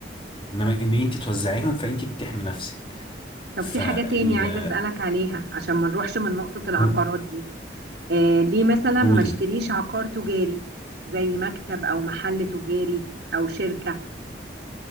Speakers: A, on the left; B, on the right.
A: انما ان انت توزعيهم فانت بتحمي نفسك
B: طب
A: فال
B: في حاجة تاني عايزة اسألك عليها عشان ما نروحش من نقطة العقارات
A: قو-
B: دي آه ليه مثلا
A: قولي
B: ما اشتريش عقار تجاري زي مكتب او محل تجاري او شركة